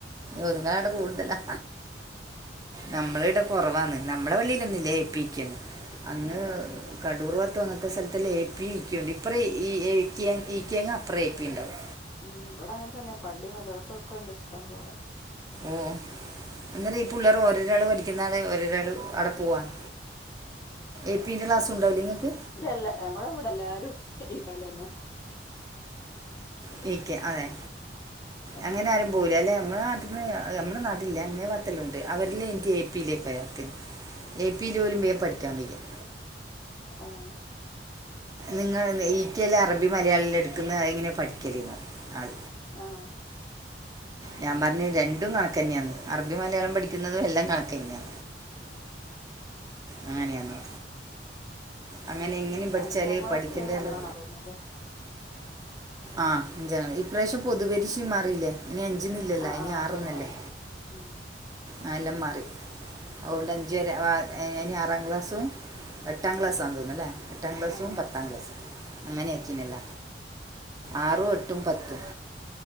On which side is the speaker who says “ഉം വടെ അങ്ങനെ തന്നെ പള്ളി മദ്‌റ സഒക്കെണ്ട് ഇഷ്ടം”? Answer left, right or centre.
Left